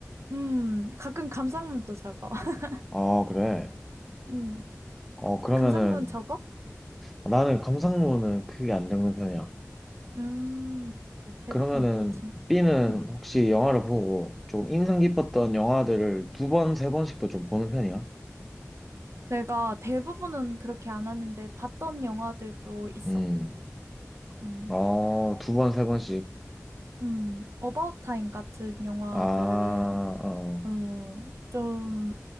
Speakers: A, on the right; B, in the centre.
A: 음, 가끔 감상문도 적어. <laughs>
B: 아, 그래.
A: 음,
B: 어, 그러면은
A: 감상문 적어?
B: 나는 감상문은 크게 안 읽는 편이야.
A: 음, 맞아. 대부분
B: 그러면은
A: 그렇지.
B: B는
A: 음,
B: 혹시 영화를 보고 조금 인상 깊었던 영화들을 두 번, 세 번씩도 좀 보는 편이야?
A: 내가 대부분은 그렇게 안 하는데 봤던 영화들도 있어.
B: 음.
A: 음,
B: 어, 두 번, 세 번씩.
A: 음, 어바웃 타임 같은 영화들은
B: 아, 어.
A: 어, 좀,